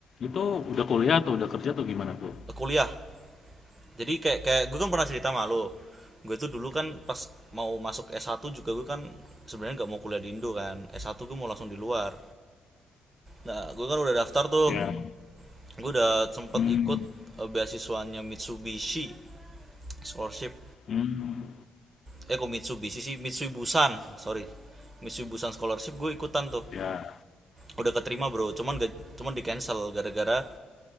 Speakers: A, on the left; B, on the right.
A: itu udah kuliah atau udah kerja atau gimana tuh?
B: Eh, Kuliah. Jadi kayak kayak gue kan pernah cerita sama lo. Gue tuh dulu kan pas mau masuk S1 juga gue kan sebenarnya nggak mau kuliah di Indo kan. S1 gue mau langsung di luar. Nah, gue kan udah daftar tuh.
A: Ya.
B: Gue udah sempet
A: Hmm.
B: ikut eh, beasiswanya Mitsubishi scholarship
A: Hmm.
B: eh kok Mitsubishi sih Mitsui Busan sorry Mitsui Busan scholarship gue ikutan tuh
A: Ya.
B: udah keterima bro cuman gak, cuman di cancel gara-gara